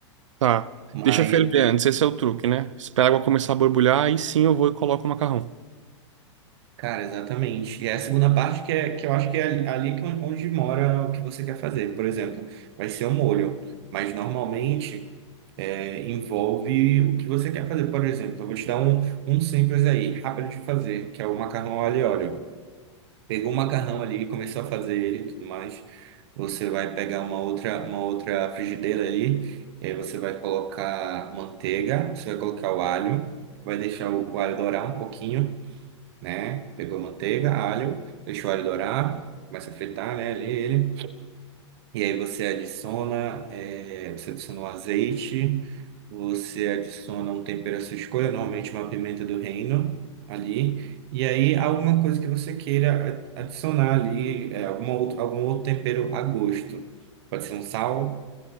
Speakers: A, on the right; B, on the right.
A: Tá.
B: Mas
A: Deixa ferver antes, esse é o truque, né? Espera a água começar a borbulhar, aí sim eu vou e coloco o macarrão.
B: Cara, exatamente. E é a segunda parte que, é, que eu acho que é ali ali que onde mora o que você quer fazer. Por exemplo, vai ser o molho, mas normalmente é, envolve o que você quer fazer. Por exemplo, eu vou te dar um, um simples aí, rápido de fazer, que é o macarrão ao alho e óleo. Pegou o macarrão ali, começou a fazer ele e tudo mais. Você vai pegar uma outra, uma outra frigideira ali, e aí você vai colocar manteiga, você vai colocar o alho, vai deixar o alho dourar um pouquinho né? Pegou manteiga, alho, deixou o alho dourar, começa a fritar, né, ali ele. E aí você adiciona, é, você adiciona o azeite, você adiciona um tempero à sua escolha, normalmente uma pimenta do reino ali. E aí alguma coisa que você queira a- adicionar ali, é, alguma outro, algum outro tempero a gosto. Pode ser um sal,